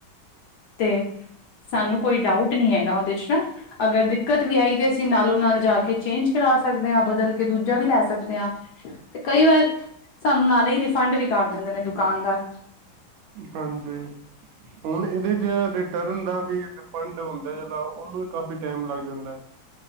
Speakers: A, on the left; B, on the right.
A: 'ਤੇ, ਸਾਨੂੰ ਕੋਈ ਡਾਊਟ ਨੀ ਹੈਗਾ ਉਹਦੇ 'ਚ, ਨਾ। ਅਗਰ ਦਿੱਕਤ ਵੀ ਆਈ ਤੇ, ਅਸੀਂ ਨਾਲੋਂ - ਨਾਲ ਜਾ ਕੇ ਚੇਂਜ ਕਰਾ ਸਕਦੇ ਆ। ਬਦਲ ਕੇ ਦੂਜਾ ਵੀ ਲੈ ਸਕਦੇ ਆ। ਤੇ ਕਈ ਵਾਰ, ਸਾਨੂੰ ਨਾਲ ਹੀ ਰਿਫੰਡ ਵੀ ਕਰ ਦੇਂਦੇ ਨੇ ਦੁਕਾਨਦਾਰ।
B: ਹਾਂਜੀ, ਹੁਣ ਇਹਦੇ 'ਚ ਰਿਟਰਨ ਦਾ ਵੀ ਪੰੰਜ ਦਾ ਹੁੰਦਾ ਜਿੱਦਾ, ਉਹਨੂੰ ਵੀ ਕਾਫ਼ੀ ਟੈਮ ਲੱਗ ਜਾਂਦੈ।